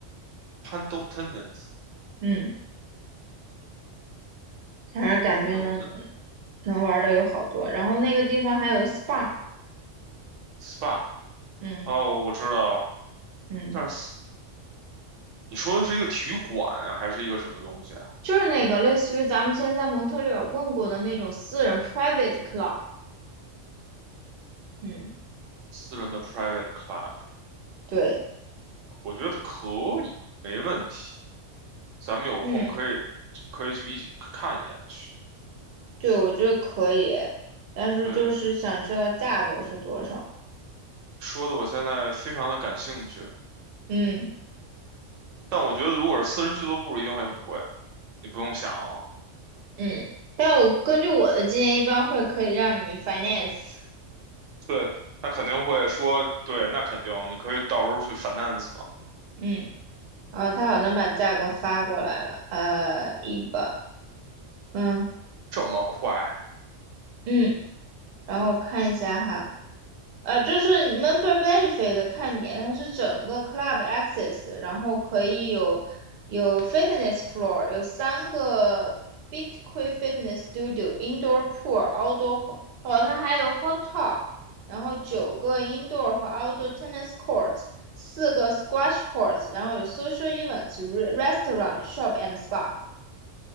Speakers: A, on the right; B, on the right.
A: Pando Tennis，Pando
B: 嗯，反正感觉能
A: Tennis
B: 能玩的有好多。然后那个地方还有 SPA，
A: Spa，
B: 嗯
A: 哦，我知道。
B: 嗯，
A: 但是你说的是一个体育馆啊还是一个什么东西啊？
B: 就是那个类似于咱们现在蒙特利尔问过的那种私人 private club，嗯，
A: 私人的 private club，
B: 对，
A: 我觉得可以，没问题。咱们有空可以可以去一起去看一眼去。
B: 嗯，对，我觉得可以，但是就是想知道价格是多少，
A: 对，说的我现在非常的感兴趣，
B: 嗯
A: 但我觉得如果是私人俱乐部一定会很贵，你不用想了。
B: 嗯，但我根据我的经验，
A: 对，
B: 一般会可以让你 finance，
A: 对，他肯定会说，对，那肯定，你可以到时候去 finance 嘛。
B: 嗯。啊，他好像把价格发过来了，呃，一吧，嗯
A: 这么快？
B: 嗯，然后看一下哈，呃，就是 member benefit 看你，它是整个 club access，然后可以有有 fitness floor，有三个 b i t q u i n fitness studio、indoor pool、outdoor，ho- 哦，它还有 hot tub，然后九个 indoor 和 outdoor tennis courts，四个 squash courts，然后有 social events、re- restaurant、shop and spa。